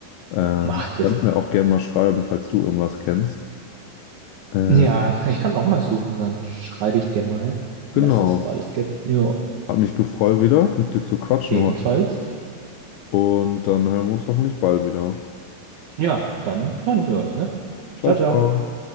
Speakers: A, on the left (about 85°); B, on the right (about 75°).
A: Ähm,
B: Mach das.
A: kannst mir auch gerne mal schreiben, falls du irgendwas kennst. Äh,
B: Ja, ich kann auch mal suchen, dann schreibe ich dir mal,
A: genau.
B: was es so alles gibt. Ja,
A: Hat mich gefreut wieder, mit dir zu quatschen
B: ebenfalls.
A: heute. Und dann hören wir uns hoffentlich bald wieder.
B: Ja, dann hören wir uns, ne?
A: Ciao,
B: Ciao, ciao.
A: ciao.